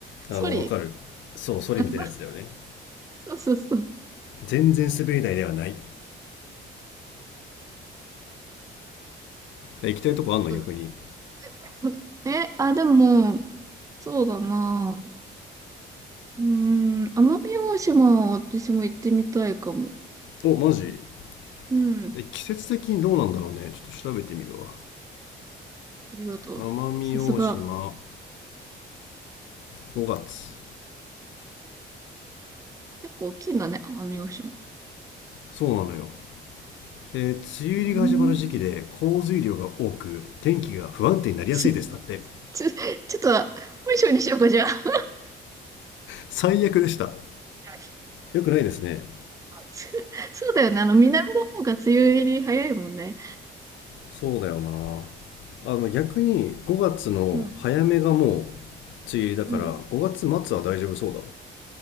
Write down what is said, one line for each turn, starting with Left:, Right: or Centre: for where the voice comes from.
Left: あの、
Right: ソリ
Left: わかる。そう、ソリみたいなやつだよね。
Right: <laughs>。そうそうそう。
Left: 全然滑り台ではない。行きたいとこあんの逆に。
Right: ちょっと、<laughs> え、あ、でも、そうだな。うーん、奄美大島は私も行ってみたいかも。
Left: お、マジ
Right: うん。
Left: で季節的にどうなんだろうね。ちょっと調べてみるわ。
Right: ありがとう。
Left: 奄美大島
Right: さすが。
Left: 5月。
Right: 結構大きいんだね、奄美大島。
Left: そうなのよ。えー梅雨入りが始まる時期で降水量が多く、
Right: うーん。
Left: 天気が不安定になりやすいです。
Right: ち、
Left: だって、
Right: ち、<laughs> ちょっと、本性にしようか、じゃあ。
Left: 最悪でした。
Right: <laughs>
Left: よくないですね。
Right: そそうだよね。あの、南の方が梅雨入り早いもんね。
Left: そうだよな。あ、でも逆に5月の早めがもう梅
Right: うん。
Left: 雨入りだから、
Right: うん。
Left: 5月末は大丈夫そうだ。